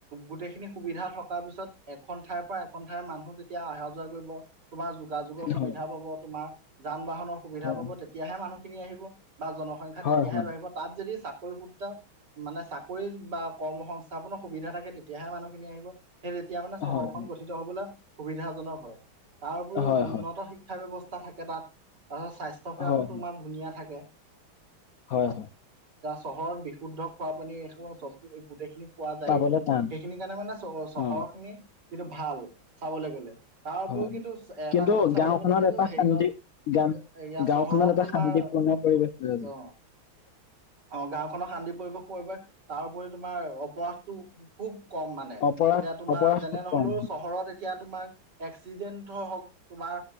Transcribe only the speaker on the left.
হয়
হয়
হয়
হয় হয়
হয় হয়
হয়
হয়
হয় হয়
পাবলৈ টান
অ
হয়
কিন্তু
গাঁওখনত
এটা
শান্তি গান গাঁওখনত
এটা
শান্তিপূৰ্ণ পৰিৱেশ হৈ আছে
হয়।
অপৰাধ
অপৰাধ
খুব
কম